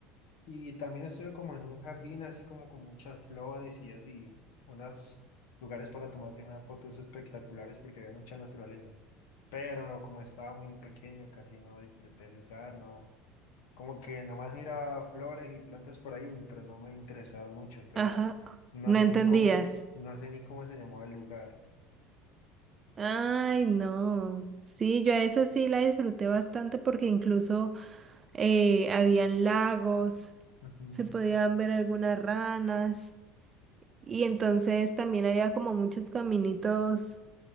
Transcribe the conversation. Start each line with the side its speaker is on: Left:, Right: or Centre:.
Left: Y también estuve como en un jardín así como con muchas flores y así, unos lugares para tomar unas fotos espectaculares porque había mucha naturaleza. Pero no, como estaba muy pequeño, casi no disfruté el lugar, no. Como que nomás miraba flores y plantas por ahí, pero no me interesaba mucho, entonces
Right: Ajá,
Left: no
Right: no
Left: sé
Right: entendías.
Left: ni cómo, no sé ni cómo se llamaba el lugar.
Right: Ay, no. Sí, yo a esa sí la disfruté bastante porque incluso eh, habían lagos,
Left: Ujú,
Right: se podían ver algunas ranas y entonces también había como muchos caminitos